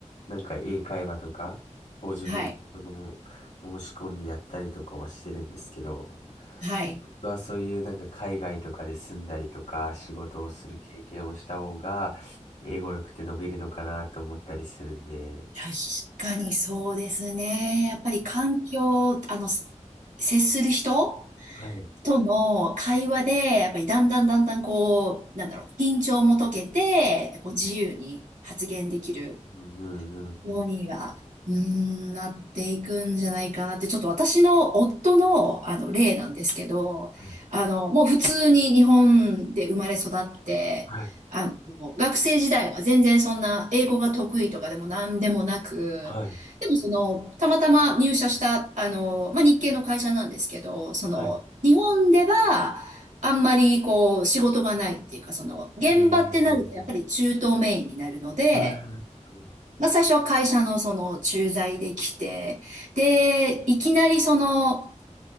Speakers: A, on the left; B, on the right.
A: なんか英会話とかを自分でその申し込んでやったりとかはしてるんですけど、
B: はい。はい。
A: 本当はそういうなんか海外とかで住んだりとか仕事をする経験をした方が英語力って伸びるのかなと思ったりするんで、
B: 確かにそうですね。やっぱり環境、あの、す接する人
A: はい。
B: との会話で、やっぱりだんだんだんだんこう、なんだろう、緊張も解けて、こう自由に発言できる
A: うんうんうん
B: ようには、うーん、なっていくんじゃないかなって、ちょっと私の夫の、あの、例なんですけど、
A: うん。
B: あの、もう普通に日本で生まれ育って、
A: はい、
B: あの、学生時代は全然そんな英語が得意とかでも何でもなく、
A: はい、
B: でもその、たまたま入社した、あの、まあ、日系の会社なんですけど、その、
A: はい。
B: 日本では、あんまりこう仕事がないっていうか、その現場ってなるとやっぱり中東メインになるので、
A: ええはい。
B: まあ、最初は会社のその駐在で来て、で、いきなりその、